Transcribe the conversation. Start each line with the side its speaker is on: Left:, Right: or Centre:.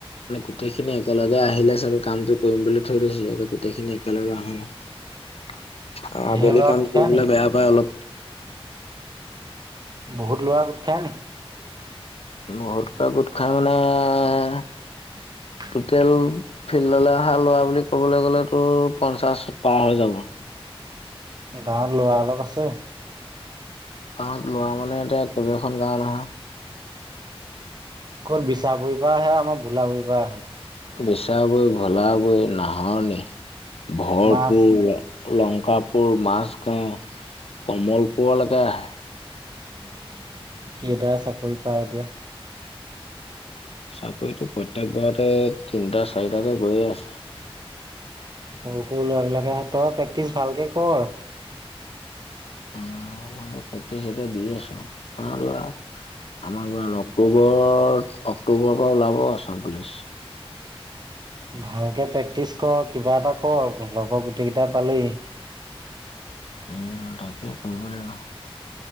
Left: মানে গোটেইখিনি একেলগে আহিলে কামটো কৰিম বুলি থৈ দিছোঁ, গোটেইখিনি একেলগে অহা নাই। অঁ
Right: ঢেৰ
Left: আবেলি
Right: ল'ৰা
Left: কাম
Right: গোট খাই
Left: কৰিবলে
Right: নি
Left: বেয়া পায় অলপ।
Right: বহুত ল'ৰা গোট খায় নেকি?
Left: বহুত কেইটা গোট খাই পেলাই
Right: <inaudible>
Left: টুটেল, ফিল্ডলৈ অহা ল'ৰা বুলি ক'বলৈ গ'লে তোৰ, পঞ্চাশ পাৰ হৈ যাব।
Right: গাঁৱত ল'ৰা অলপ আছে।
Left: গাঁৱত ল'ৰা মানে এতিয়া, কেইবাখন গাঁও নহয়।
Right: ক'ত বিচাবুৰিৰ পৰা আহে, আমাৰ ভোলাবুৰিৰ পৰা আহে?
Left: বিচা বৈ, ভোলা বৈ, নাহৰনি, ভৰপূৰ
Right: মাছ
Left: লংকাপুৰ, মাছ গাঁও, কমল পুৰলৈকে আহে।
Right: কেইটাই চাকৰি পায় এতিয়া?
Left: চাকৰিটো প্ৰত্যেক বাৰতে, তিনিটা, চাৰিটাকে গৈয়ে আছে।
Right: সৰু সৰু ল'ৰাবিলাকেহে, তই প্ৰেক্টিচ ভালকে কৰ।
Left: উম মইনো প্ৰেক্টিচ এতিয়া দি আছো আৰু আ। আমাৰ কিমান অক্টোবৰত অক্টোবৰৰ পৰা ওলাব আসাম পুলিচ।
Right: ভালকে প্ৰেক্টিচ কৰ কিবা এটা কৰ, লগৰ গোটেই কেইটাই পালেই।
Left: উম, তাকে কৰিব লাগিব।